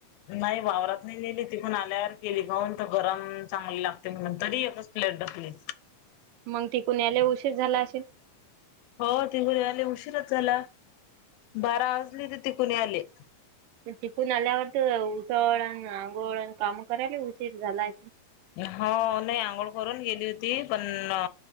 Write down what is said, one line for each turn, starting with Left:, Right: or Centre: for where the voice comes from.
Left: नाही वावरातनं नेली ती. पुन्हा आल्यावर केली खाऊन तर गरम चांगली लागते मंग, तरी एकच प्लेट ढकलली.
Right: मंग तिकडून यायले उशीर झाला असेल?
Left: हो टिकून यायले उशीरच झाला, बारा वाजलेते टिकून यायले‌.
Right: टिकून आल्यावर तर उसाबरा आणि आंघोळ आणि काम करायला उशीर झालाय.
Left: हाव नाही आंघोळ करून गेली होती, पण ना